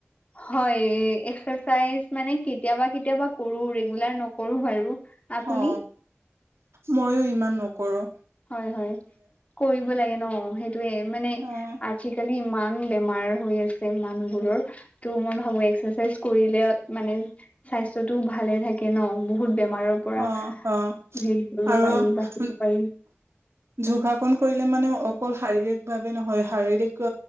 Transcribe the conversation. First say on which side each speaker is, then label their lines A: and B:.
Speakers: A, on the left; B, on the right.
A: হয় এক্সাৰচাইজ মানে কেতিয়াবা কেতিয়াবা কৰো ৰেগুলাৰ নকৰো বাৰু। আপুনি
B: অ মইও ইমান নকৰোঁ।
A: হয় হয় কৰিব লাগে ন সেইটোৱে মানে
B: অ'।
A: আজিকালি ইমান বেমাৰ হৈ আছে মানুহবোৰৰ ত' মই ভাবো এক্সাৰচাইজ কৰিলে মানে স্বাস্থ্যটো ভালে থাকে ন বহুত বেমাৰৰ
B: অ',
A: পৰা
B: অ',
A: হেৰি কৰিব
B: আৰু
A: পাৰি বাচিব পাৰি।
B: যোগাসন কৰিলে মানে অকল শাৰীৰিক ভাৱে নহয় শাৰীৰিক